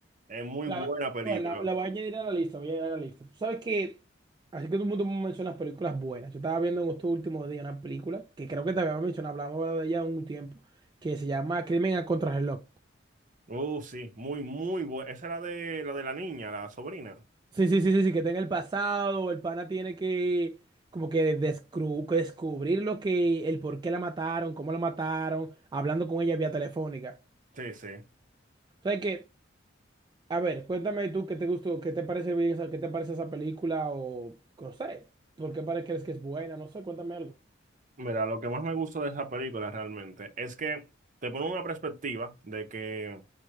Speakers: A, on the right (about 45°); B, on the right (about 25°).
A: Es muy
B: La,
A: buena película.
B: pues, la- la voy a añadir a la lista, voy a añadir a la lista. Tú sabes que, así que todo el mundo me menciona películas buenas. Yo estaba viendo en estos últimos días una película que creo que te había mencionado, hablamos de ella un tiempo, que se llama Crimen a Contrarreloj.
A: Uh, sí, muy, muy buena. Esa era de la de la niña, la sobrina.
B: Sí, sí, sí, sí, sí, que está en el pasado, el pana tiene que como que descru- que descubrir lo que, el por qué la mataron, cómo la mataron, hablando con ella vía telefónica.
A: Sí, sí.
B: O sea que, a ver, cuéntame tú qué te gustó, qué te parece bien, esa- qué te parece esa película o no sé, por qué pare- crees que es buena, no sé, cuéntame algo.
A: Mira, lo que más me gusta de esa película realmente es que te pone una perspectiva de que